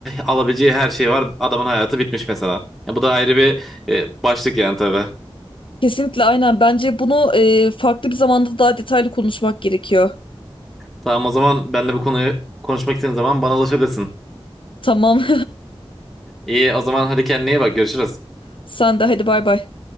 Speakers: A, in the centre; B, on the left (about 60°).
A: alabileceği her şey var. Adamın hayatı bitmiş mesela. Ya bu da ayrı bir e, başlık yani tabii.
B: Kesinlikle aynen bence bunu e, farklı bir zamanda daha detaylı konuşmak gerekiyor.
A: Tamam o zaman benle bu konuyu konuşmak istediğin zaman bana ulaşabilirsin.
B: Tamam
A: İyi o zaman hadi kendine iyi bak görüşürüz.
B: <laughs> sen de hadi bay bay.